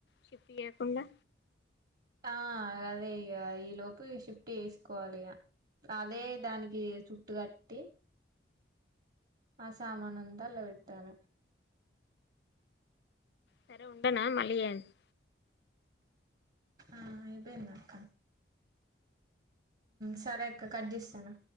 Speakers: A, on the left (about 60°); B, on the right (about 50°).
A: షిప్ చేయకుండా
B: ఆ అదే ఇక ఈ లోపు షిఫ్ట్ చేసుకోవాలి ఈగ అదే దానికి చుట్టు కట్టి ఆ సామానంత లో పెట్టాల
A: సరే ఉండనా మల్లి చేస్తా
B: ఆ అయిపోయిందక్క సరే అక్క కట్ చేస్తాను